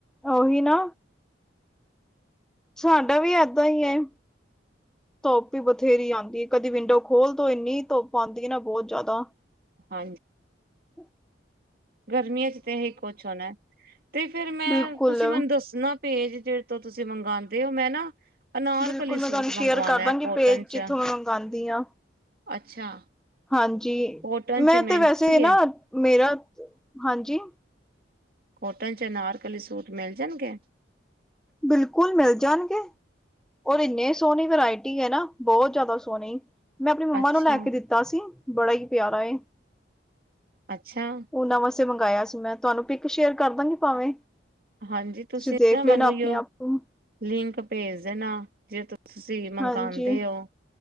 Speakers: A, in the centre; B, on the right.
A: ਉਹੀ ਨਾ ਸਾਡਾ ਵੀ ਏਦਾਂ ਹੀ ਏ, ਧੁੱਪ ਹੀ ਬਥੇਰੀ ਆਉਂਦੀ ਹੈ। ਕਦੀ ਵਿੰਡੋ ਖੋਲ੍ਹ ਦੋ ਇੰਨੀ ਧੁੱਪ ਆਉਂਦੀ ਨਾ ਬਹੁਤ ਜ਼ਿਆਦਾ।
B: ਹਾਂਜੀ
A: ਹਮ
B: ਗਰਮੀਆਂ ਚ ਤੇ ਇਹੀ ਕੁਛ ਹੋਣਾ ਤੇ ਫਿਰ ਮੈਂ
A: ਬਿਲਕੁਲ
B: ਤੁਸੀਂ ਮੈਨੂੰ ਦੱਸਣਾ ਭੇਜ ਜੇਹੜ ਤੋਂ ਤੁਸੀਂ ਮੰਗਵਾਉਂਦੇ ਹੋ ਮੈਂ ਨਾ ਅਨਾਰਕਲੀ
A: ਬਿਲਕੁਲ ਮੈਂ
B: ਸੂਟ
A: ਤੁਹਾਨੂੰ ਸ਼ੇਅਰ
B: ਮੰਗਵਾਉਣਾ
A: ਕਰ ਦਾਂਗੀ
B: ਕੋਟਨ
A: ਪੇਜ
B: ਚ
A: ਜਿੱਥੋਂ ਮੈਂ ਮੰਗਵਾਉਂਦੀ ਹਾਂ
B: ਅੱਛਾ
A: ਹਾਂਜੀ
B: ਕੋਟਨ
A: ਮੈਂ
B: ਚ
A: ਤੇ
B: ਮਿਲ
A: ਵੈਸੇ
B: ਜਾਣਗੇ
A: ਨਾ ਮੇਰਾ ਹਾਂਜੀ।
B: ਕੋਟਨ 'ਚ ਨਾਰਕਲੀ ਸੂਟ ਮਿਲ ਜਾਣ ਕਿ
A: ਬਿਲਕੁਲ ਮਿਲ ਜਾਣਗੇ। ਔਰ ਇੰਨੀ ਸੋਹਣੀ ਵਰਾਇਟੀ ਹੈ ਨਾ ਬਹੁਤ ਜ਼ਿਆਦਾ ਸੋਹਣੀ ਮੈਂ ਆਪਣੀ ਮੰਮਾ
B: ਅੱਛਾ
A: ਨੂੰ ਲੈ ਕੇ ਦਿੱਤਾ ਸੀ ਬੜਾ ਹੀ ਪਿਆਰਾ ਏ
B: ਅੱਛਾ।
A: ਉਹਨਾ ਵਾਸਤੇ ਮੰਗਾਇਆ ਸੀ ਮੈਂ ਤੁਹਾਨੂੰ ਪਿੱਕ ਸ਼ੇਅਰ ਕਰ ਦਾਂਗੀ ਭਾਵੇਂ
B: ਹਾਂਜੀ
A: ਤੁਸੀਂ ਦੇਖ
B: ਨਾ
A: ਲੈਣਾ
B: ਮੈਨੂੰ
A: ਆਪਣੇ ਆਪ ਨੂੰ
B: ਲਿੰਕ ਭੇਜ ਦੇਣਾ ਜੇ ਤੇ ਤੁਸੀਂ ਮੰਗਵਾਉਂਦੇ
A: ਹਾਂਜੀ
B: ਹੋ